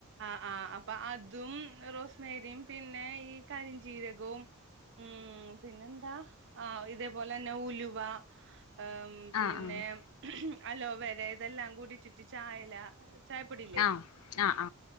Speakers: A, on the right; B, on the left.
A: ആഹ് ആഹ് അപ്പ അതും റോസ് മേരിയും പിന്നെ ഈ കരിഞ്ജീരകവും മ് പിന്നെ എന്താ? ആഹ് ഇതേപോലെ ന്നെ ഉലു വാ ആം പിന്നെ
B: ആഹ് ആഹ്
A: അലോവേര ഇതെല്ലാം കൂടി ഇട്ടിട്ട് ചായല ചായപ്പൊടില്ലേ
B: ആഹ് ആഹ് ആഹ്